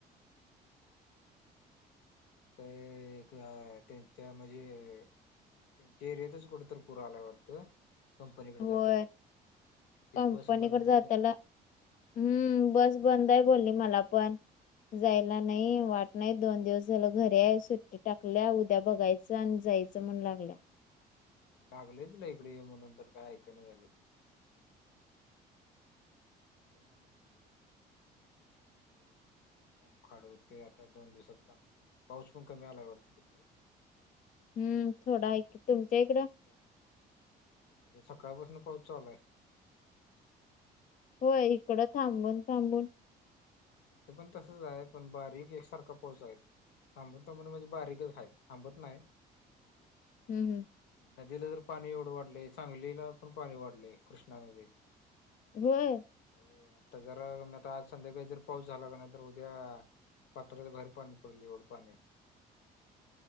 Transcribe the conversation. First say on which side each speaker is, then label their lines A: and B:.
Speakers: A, on the left; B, on the left.
A: काय त्यां त्या म्हणजे त्यांच्या एरियातच कुठ तर पुर आला वाटतं. कंपनीकडे
B: होय
A: जातेलं ते
B: कंपनीकडे
A: बस बंद
B: जाताला हम्म बस बंद आहे बोलली मला पण. जायला नाही वाट नाही दोन दिवस झालं घरी आहे सुट्ट. टाकल्या उद्या बघायचं आणि जायचं म्हण लागल्या.
A: लागले तुला इकडे ये म्हणून तर काय ऐक नाही झाले. येम अनो जतीला ना. ते काम काडू ते आता दोन दिवसात काम पाऊस पण कमी आला वरती तिकडे.
B: हम्म थोडा
A: ते काय
B: ऐक
A: केलं
B: तुमच्या
A: मग
B: इकडं.
A: होईल चालू इकडे सकाळपासून पोहोचचा आलाय.
B: होय इकडं थांबून थांबून.
A: इथ पण तसच आहे पण बारीक एकसारखा पोहचाईल. थांबत म्हणून म्हणजे बारीकच आहे थांबत नाही.
B: हम्म हम्म.
A: नदीला तर पाणी एवढं वाढले सांगलीला पण पाणी वाढले कृष्णा नदी.
B: होय.
A: हो आता जरा मी आ आज संध्याकाळी जर. पाऊस झाला का नाहीर उद्या पात्राच बाहेर पाणी पडली एवढं पाणी.